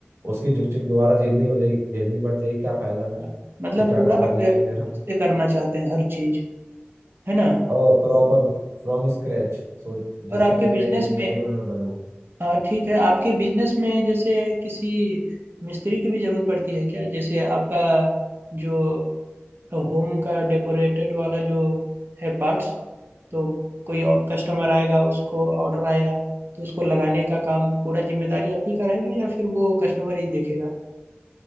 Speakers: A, on the right; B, on the right.
A: उसकी झुकझुक दोबारा झेलनी हो जाएगी झेलनी पड़ जाएगी क्या फायदा फिर
B: हाँ। मतलब
A: स्टार्टअप
B: पूरा
A: करने
B: आपके
A: का
B: खुद
A: ही मेरा
B: से करना चाहते हैं हर चीज है ना
A: और प्रॉपर फ्रॉम स्क्रैच सो जिससे
B: और आपके
A: कि मैं
B: बिजनेस में
A: मैं ही ओनर बनूं
B: हाँ ठीक है आपके बिजनेस में जैसे किसी मिस्त्री की भी जरूरत पड़ती है क्या जैसे आपका जो होम का डेकोरेटेड वाला जो है पार्ट्स तो कोई कस्टमर आएगा उसको ऑर्डर आया तो उसको लगाने का काम पूरा जिम्मेदारी आप ही का रहेगा या फिर वो कस्टमर ही देखेगा